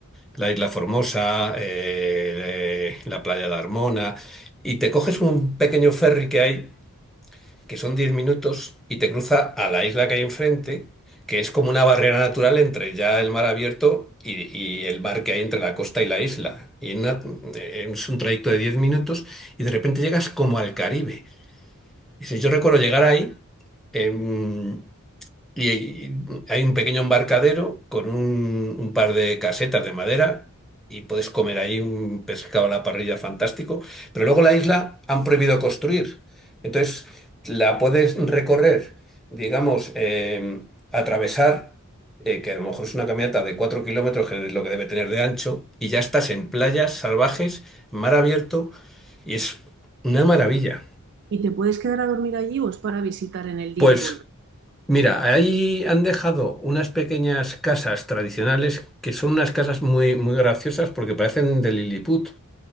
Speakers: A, in the centre; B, on the right (about 50°).
A: la Isla Formosa, eh, la Playa de Armona, y te coges un pequeño ferry que hay que son 10 minutos, y te cruza a la isla que hay enfrente, que es como una barrera natural entre ya el mar abierto y, y el mar que hay entre la costa y la isla. Y en una- eh, es un trayecto de diez minutos y de repente llegas como al Caribe. Y si yo recuerdo llegar ahí, em, y hay, hay un pequeño embarcadero con un, un par de casetas de madera y puedes comer ahí un pescado a la parrilla fantástico. Pero luego la isla han prohibido construir. Entonces la puedes recorrer, digamos, eh, atravesar, eh, que a lo mejor es una caminata de cuatro kilómetros, que es lo que debe tener de ancho, y ya estás en playas salvajes, mar abierto, y es una maravilla.
B: ¿Y te puedes quedar a dormir allí o es para visitar en el día
A: Pues
B: y volver?
A: Mira, ahí han dejado unas pequeñas casas tradicionales que son unas casas muy, muy graciosas porque parecen de Lilliput.